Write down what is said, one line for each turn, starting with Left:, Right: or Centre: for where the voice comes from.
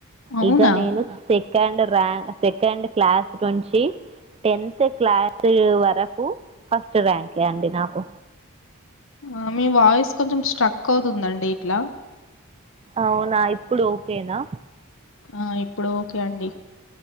Left: అవునా?
Right: ఇగ నేను సెకండ్ ర్య, సెకండ్ క్లాస్ నుంచి. టెన్త్ క్లాస్ ఇ ఓ వరకు ఫస్ట్ ర్యాంకే అండి నాకు.
Left: ఆ మీ వాయిస్ కొంచెం స్ట్రక్, అవుతుందండి ఇట్లా.
Right: అవునా, ఇప్పుడు ఓకేనా.
Left: ఆ ఇప్పుడు ఓకే అండి.